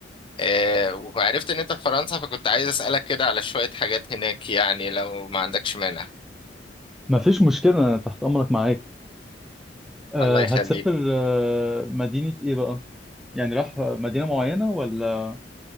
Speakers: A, on the left (about 30°); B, in the centre.
A: آه، وعرفت ان انت في فرنسا فكنت عايز اسالك كده على شوية حاجات هناك يعني لو ما عندكش مانع
B: ما فيش مشكله أنا تحت امرك معاك آه،
A: الله يخليك
B: هتسافر آه، مدينه ايه بقى يعني رايح مدينه معينه ولا